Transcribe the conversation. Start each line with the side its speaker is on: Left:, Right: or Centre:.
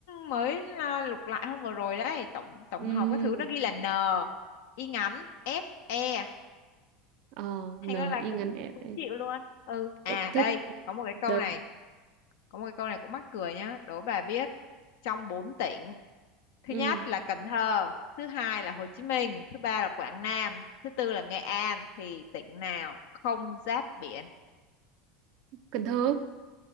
Left: mới à, lục lại hôm vừa rồi đấy tổng tổng
Right: <laughs> ừ.
Left: hợp cái thứ nó ghi là n y ngắn f e
Right: ờ
Left: thành
Right: n
Left: ra là
Right: i
Left: cũng
Right: ngắn f
Left: cũng chịu luôn ừ à
Right: thế
Left: đây
Right: thế
Left: có một cái câu
Right: đâu
Left: này có một cái câu này cũng mắc cười nhá đố bà biết trong bốn tỉnh thứ
Right: ừ.
Left: nhất là Cần Thơ thứ hai là Hồ Chí Minh thứ ba là Quảng Nam thứ tư là Nghệ An thì tỉnh nào không giáp biển
Right: Cần Thơ